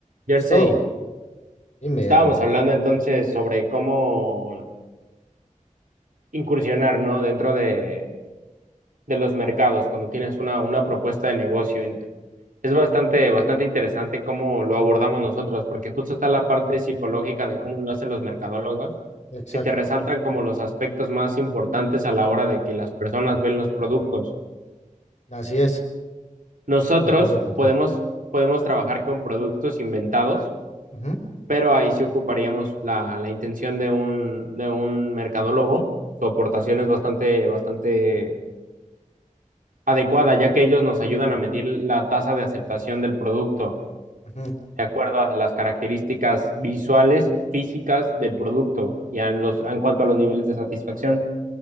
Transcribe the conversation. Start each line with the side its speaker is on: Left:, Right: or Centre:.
Right: Jersey,
Left: So, dime,
Right: estábamos
Left: hermano.
Right: hablando entonces sobre cómo incursionar, ¿no? Dentro de, de los mercados, cuando tienes una, una propuesta de negocio. In- Es bastante, bastante interesante cómo lo abordamos nosotros, porque justo está la parte psicológica de cómo lo hacen los mercadólogos,
Left: Exacto,
Right: que te resaltan
Left: sí.
Right: como los aspectos más importantes a la hora de que las personas ven los productos.
Left: Así es,
Right: Nosotros
Left: sí, concuerdo contigo.
Right: podemos, podemos trabajar con productos inventados
Left: Ujú,
Right: pero ahí sí ocuparíamos la, la intención de un, de un mercadólogo. Su aportación es bastante, bastante adecuada, ya que ellos nos ayudan a medir la tasa de aceptación del producto
Left: ujú,
Right: de acuerdo a las características visuales, físicas del producto y a los, en cuanto a los niveles de satisfacción,